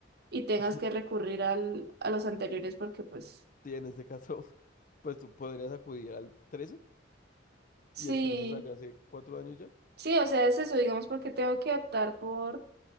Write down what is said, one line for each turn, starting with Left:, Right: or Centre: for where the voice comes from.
Right: y tengas
Left: <laughs>
Right: que recurrir al, a los anteriores porque pues
Left: Sí, en este caso, <laughs> pues tú podrías acudir al 13
Right: sí,
Left: y el 13 salió hace cuatro años ya.
Right: sí, o sea, es eso, digamos, porque tengo que optar por,